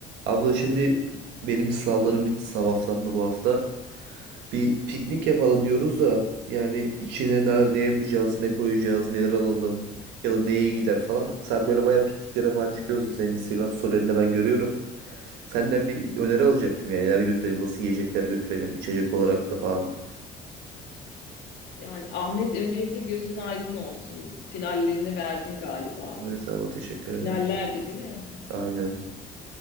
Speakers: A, on the right; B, on the left.
A: Abla şimdi benim sınavlarım bitti. Sınav haftam da bu hafta. Bir piknik yapalım diyoruz da yani içine ne, ne yapacağız, ne koyacağız, neler alalım ya da neye iyi gider falan. Sen böyle bayağı pikniklere falan çıkıyorsun. Senin Instagram storylerinde ben görüyorum. Senden bir öneri alacaktım yani neler götürelim, nasıl yiyecekler götürelim, içecek olarak da falan.
B: Yani Ahmet öncelikle gözün aydın olsun. Finallerini verdin galiba.
A: Evet abla teşekkür
B: Finallerde
A: ederim.
B: değil mi?
A: Aynen.